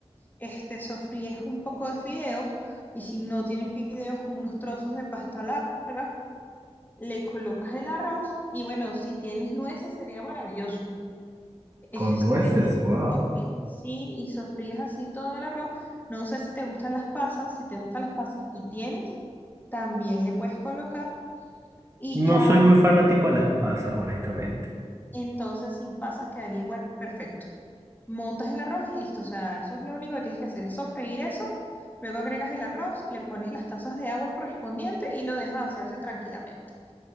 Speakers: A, on the left; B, on the right.
A: Este, sofríes un poco de fideos y si no tienes fideos, unos trozos de pasta larga, le colocas el arroz y bueno, si tienes nueces sería maravilloso. Este,
B: Con nueces, wow.
A: sofrí- sí, y sofríes así todo el arroz. No sé si te gustan las pasas, si te gustan las pasas y tienes, también le puedes colocar. y
B: No
A: ya
B: soy muy fanático a las pasas, honestamente.
A: entonces sin pasas quedaría igual, perfecto. Montas el arroz y listo, o sea, eso es lo único que tienes que hacer, es sofreír eso, luego agregas el arroz, le pones las tazas de agua correspondiente y lo dejas hacerse tranquilamente.